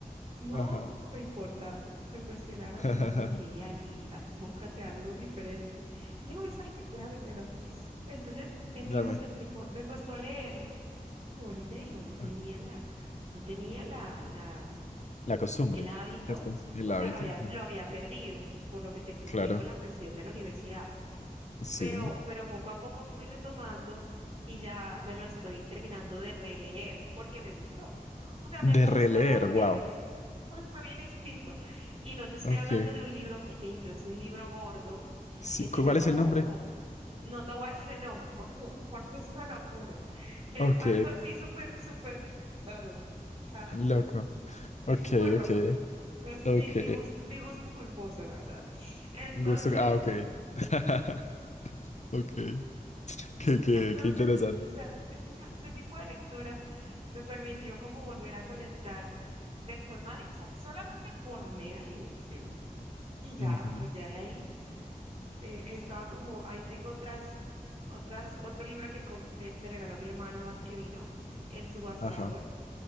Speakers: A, on the right (about 45°); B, on the left (about 50°).
A: No
B: Ajá.
A: me importa. Me cuestionaron,
B: <laughs>
A: mi mamá como que, ya, hija, búscate algo diferente. Y yo, ¿sabes qué? Déjame quedar. Entonces, el
B: Dame.
A: libro pues me, co- me costó leerlo, porque bueno, y te digo, no tenía
B: ah,
A: la, no tenía la, la,
B: La costumbre,
A: el hábito,
B: ¿cierto? El
A: o
B: hábito.
A: sea, lo había,
B: ujú,
A: lo había perdido por, por lo que te conté
B: Claro,
A: con la presión de la universidad,
B: sí.
A: pero, pero poco a poco fui retomando y ya me lo estoy terminando de releer, porque me gustó. O sea,
B: De
A: me gusta
B: releer,
A: que
B: wow.
A: todo está bien escrito y no te estoy
B: Ok.
A: hablando de un libro pequeñito, es un libro gordo
B: Sí,
A: que tiene
B: ¿cu- ¿cuál
A: como,
B: es el nombre?
A: no te voy a decir el nombre, porque, porque es una locura. Es
B: Ok,
A: algo así súper, súper, no, no, o sea,
B: loco. Ok,
A: sí, muy loco.
B: ok,
A: Es mi,
B: ok.
A: mi gusto, mi gusto culposo, la verdad. Entonces,
B: Gusto. Ah, ok. <laughs> Ok, qué, qué,
A: entonces,
B: qué interesante.
A: o sea, ese, ese tipo de lecturas me permitió como volver a conectar de forma, di- o sea, solamente por mera diversión. Y ya,
B: Ujú.
A: pues ya de ahí. eh, estaba como, ahí tengo otras, otras, otro libro que com- me, me regaló mi hermano ahora que vino, El Subastador.
B: Ajá,